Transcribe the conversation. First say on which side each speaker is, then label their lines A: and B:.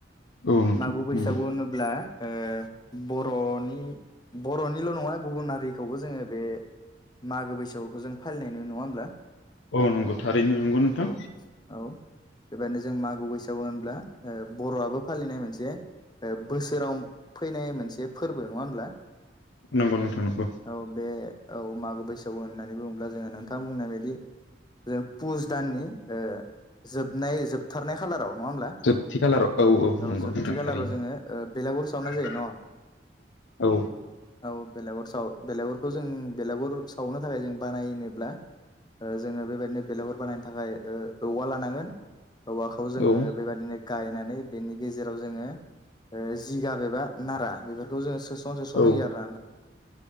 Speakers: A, on the left; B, on the left.
A: औ नोंथां औ नोंथां
B: मागो बैसागु
A: नंगौ
B: होनोब्ला ओ बर'नि बर'निल' नङा गुबुन हारिखौबो जोङो बे मागो बैसागुखौ जों फालिनाय नुयो। नङा होमब्ला?
A: औ, नंगौ थारैनो नंगौ नोंथां।
B: औ औ बेबायादनो जों मागो बैसागु होनब्ला ओ बर'आबो फालिनाय मोनसे ओ बोसोराव फैनाय मोनसे फोरबो। नङा होमब्ला?
A: नंगौ नोंथां नंगौ।
B: औ बे औ मागो बैसागु होननानै बुङोब्ला जोङो नोंथां बुंनाय बायदि जों पुस दाननि ओ जोबनाय, जोबथारनाय खालाराव नङा होमब्ला?
A: जोबथि खालाराव औ औ नंगौ
B: जोबथि
A: नोंथां
B: खालाराव
A: थारैनो
B: जोङो ओ बेलागुर सावनाय जायो न'
A: औ
B: औ बेलागुर साव बेलागुरखौ जों बेलागुर सावनो थाखाय जों बानायनोब्ला ओ जोङो बेबायदिनो बेलाेगुर बानायनो थाखाय ओ औवा लानांगोन, औवाखौ जोङो
A: औ
B: बेबायदिनो गायनानै बेनि गेजेराव जोङो ओ जिगाब एबा नारा बेफोरखौ जोङो सोस' न सोसस
A: औ
B: होयो आरो ना